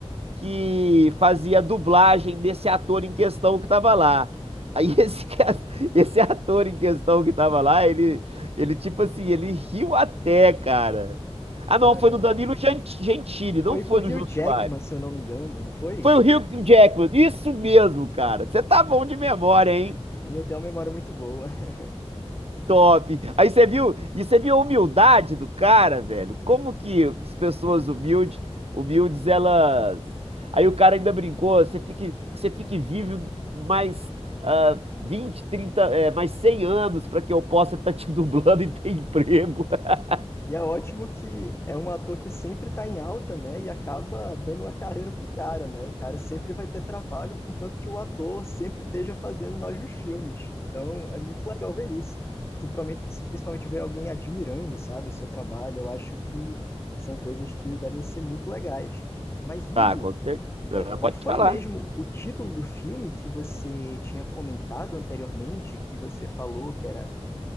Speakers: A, on the right; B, on the left.
A: que fazia a dublagem desse ator em questão que estava lá. Aí esse, ca- <laughs> esse ator em questão que estava lá, ele, ele tipo assim, ele riu até, cara. Ah,
B: Caramba.
A: não, foi no Danilo Gen- Gentili, não
B: Foi
A: foi
B: com o Hugh
A: no Jô
B: Jackman,
A: Soares.
B: se eu não me engano, não foi?
A: Foi o Hugh Jackman, isso mesmo, cara. Você tá bom de memória, hein?
B: Sim, eu tenho uma memória muito boa. <laughs>
A: Top. Aí você viu, e você viu a humildade do cara, velho? Como que as pessoas humildes, humildes, elas. Aí o cara ainda brincou, você fique, que você fique vivo mais ah, 20, 30, é, mais 100 anos para que eu possa estar te <laughs> dublando e ter emprego. <laughs>
B: E é ótimo que é um ator que sempre está em alta, né? E acaba dando uma carreira pro cara, né? O cara sempre vai ter trabalho, contanto que o ator sempre esteja fazendo novos filmes. Então é muito legal ver isso. Sim, sim, Principalmente ver alguém admirando, sabe, o seu trabalho. Eu acho que são coisas que devem ser muito legais. Mas, Hugo,
A: Tá, com certeza.
B: É, qual
A: Pode
B: foi
A: falar.
B: mesmo o título do filme que você tinha comentado anteriormente, que você falou que era